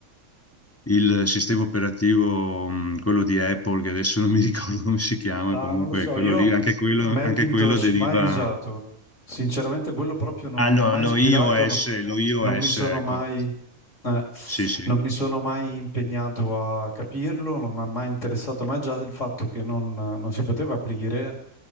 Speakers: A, on the left; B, on the left.
A: il sistema operativo, mh, quello di Apple, che adesso non mi <laughs> ricordo come si chiama,
B: No,
A: comunque
B: non lo so,
A: quello
B: io
A: lì, anche quello,
B: Macintosh
A: anche quello deriva...
B: mai usato. Sinceramente quello proprio non
A: Ah,
B: mi
A: no,
B: ha mai
A: lo
B: ispirato,
A: iOS,
B: no-
A: lo iOS,
B: non mi sono
A: ecco.
B: mai, eh,
A: Sì, sì.
B: non mi sono mai impegnato a capirlo, non mi ha mai interessato, ma già il fatto che non, non si poteva aprire